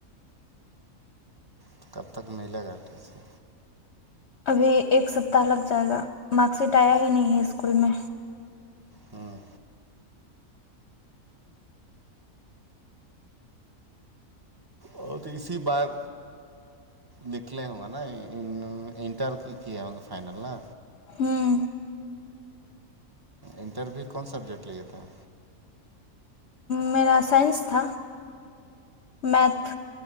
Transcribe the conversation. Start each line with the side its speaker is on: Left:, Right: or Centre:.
Right: تو کب تک ملے گاٹی سے
Left: ابھی ایک سپتہ لگ جائے گا مارک شیٹ آیا ہی نہیں ہے اسکول میں
Right: ہاں اور اسی بار نکلے ہوںگا نا انٹر کیا ہوںے فائنل نا
Left: ہوں
Right: انٹرویو کون سبجیکٹ لیاے تھا
Left: میرا سائنس تھا میتھ